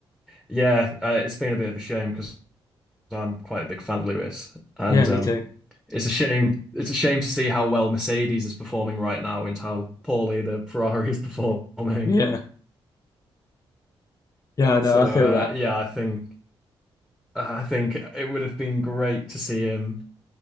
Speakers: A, in the centre; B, on the left.
A: Yeah, uh, it's been a bit of a shame because I'm quite a big fan of Lewis, and
B: Yeah, me
A: um,
B: too.
A: it's a shame. It's a shame to see how well Mercedes is performing right now and how poorly the Ferrari is <laughs> performing.
B: Yeah. Yeah, no,
A: So
B: I
A: uh,
B: feel that.
A: yeah, I think I think it would have been great to see him